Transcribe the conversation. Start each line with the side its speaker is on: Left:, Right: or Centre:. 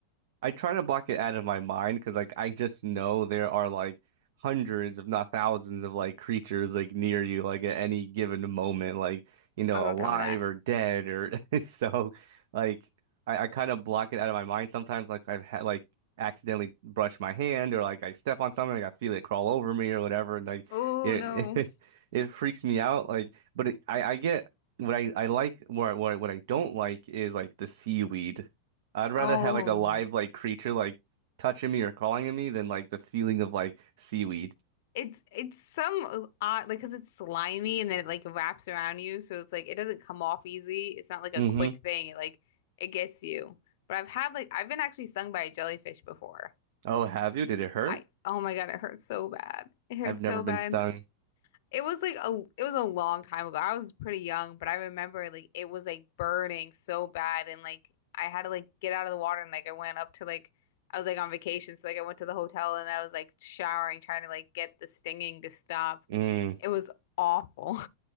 Right: I try to block it out of my mind because like I just know there are like hundreds, if not thousands, of like creatures like near you like at any given moment, like you know,
Left: Oh, don't
Right: alive
Left: tell me that.
Right: or dead or <laughs> so like I, I kind of block it out of my mind sometimes like I've had like accidentally brush my hand or like I step on something, like I feel it crawl over me or whatever and like
Left: Oh
Right: it
Left: no.
Right: <laughs> it, freaks me out like but it, I I get what I I like what I- what I what I don't like is like the seaweed. I'd rather
Left: Oh.
Right: have like a live like creature like touching me or calling at me than like the feeling of like seaweed.
Left: It's it's some odd like because it's slimy and then it like wraps around you, so it's like it doesn't come off easy. It's not like a
Right: hmm
Left: quick thing. It like it gets you. But I've had like I've been actually stung by a jellyfish before.
Right: Oh, have you? Did it hurt?
Left: I oh my God, it hurts so bad. It hurts
Right: I've never
Left: so
Right: been
Left: bad.
Right: stung.
Left: It was like a it was a long time ago. I was pretty young, but I remember like it was like burning so bad and like I had to like get out of the water and like I went up to like I was like on vacation, so like I went to the hotel and I was like showering trying to like get the stinging to stop.
Right: Mm.
Left: It was awful.